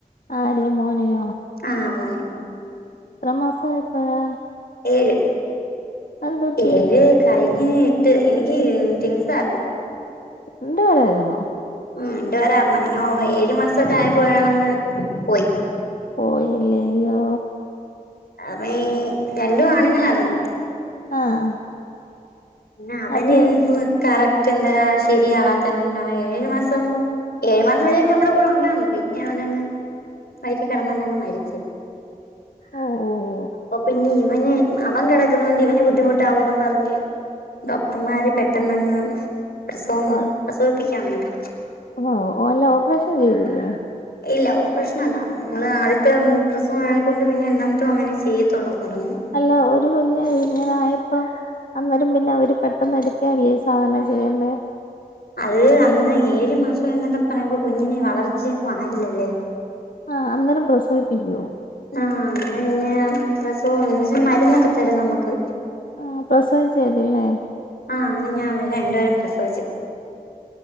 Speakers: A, on the left; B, on the left.
A: ആരെ മോനെയോ?
B: ആഹ് മോനെ.
A: എത്രാം മാസായെപ്പഴാ?
B: ഏഴ്.
A: അതെന്തുപറ്റി
B: ഏഴ്, കഴ്ഞ്ഞ് ഇട്ട് എനിക്ക് ട്വിൻസായിരുന്നു.
A: രണ്ട് പേരായിരുന്നോ?
B: ഉം രണ്ട് പേരാർന്ന് അങ്ങനെ ഒ ഏഴു മാസൊക്കെ ആയിപ്പോ ഒരാളങ് പോയി.
A: പോയില്ലേയോ.
B: അതീ രണ്ടും ആണുങ്ങളാർന്ന്.
A: ആഹ് ആഹ്
B: പിന്നെ അവന്
A: അത്
B: എന്തു കറക്റ്റ് എന്തരാ ശരിയാവാത്തേന കൊണ്ട് അവൻ ഏഴു മാസം ഏഴ് മാസം വരെയൊക്കെ നമ്മടെ കൂടെ ഉണ്ടാർന്ന് പിന്നെ അവനങ് വയറ്റി കെടന്നെന്നങ്ങ് മരിച്ച്.
A: ആഹ് ആഹ്.
B: അപ്പൊപിന്നെ ഇവന് അവൻ കെടക്കുന്നോണ്ട് ഇവന് ബുദ്ധിമുട്ടാവുംന്ന് പറഞ്ഞ് ഡോക്ടർമാര് പെട്ടെന്നങ്ങ് പ്രസവം
A: ഓഹ്
B: പ്രസവിപ്പിക്കാൻ നിന്നു.
A: ഓഹ് അല്ല ഓപ്പറേഷൻ ചെയ്തില്ലേ?
B: ഇല്ല ഓപ്‌റേഷല്ല നമ്മള് ആദ്യത്തെ പ്രസവം ആയെനെക്കൊണ്ട് പിന്നെ രണ്ടാമത്തും അങ്ങനെ ചെയ്യത്തുള്ളുന്ന് പറഞ്ഞു.
A: അല്ല ഒരു കുഞ്‌ ഇങ്ങനെ ആയപ്പം അന്നേരം പിന്നെ അവര് പെട്ടെന്ന് എടുക്കല്ലേ സാധരണ ചെയ്യേണ്ടേ.
B: അത് അന്ന് ഏഴ് മാസം എന്നൊക്കെ പറയുമ്പം കുഞ്ഞിനെ വളർച്ചയൊന്നും ആയില്ലല്ലേ.
A: ആഹ് അന്നേരം പ്രസവിപ്പിക്കുവോ?
B: ആഹ് അങ്ങനെ പിന്നെ പ്രസവം എന്ന് വച്ചാ മരുന്നൊക്കെ തരും നമുക്ക്.
A: ആഹ് പ്രസവിച്ചതില്ലേ.
B: ആഹ് അങ്ങനെ ഞാൻ അവെ രണ്ടുപേരും പ്രസവിച്ചു.